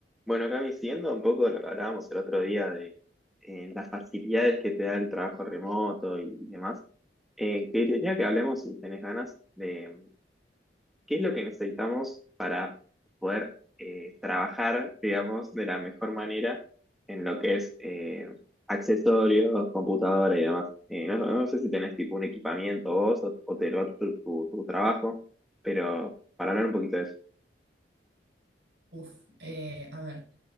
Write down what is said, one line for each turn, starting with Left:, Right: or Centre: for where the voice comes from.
Centre: Bueno, Cami, siguiendo un poco lo que hablábamos el otro día de eh, las facilidades que te da el trabajo remoto y demás, eh, quería que hablemos, si tenés ganas, de mm, qué es lo que necesitamos para poder eh, trabajar, digamos, de la mejor manera en lo que es eh, accesorios, computadora y demás. Eh, no, no no sé si tenés tipo un equipamiento vos o, o te lo hace tu, tu tu trabajo, pero para hablar un poquito de eso.
Right: Uf, eh, a ver,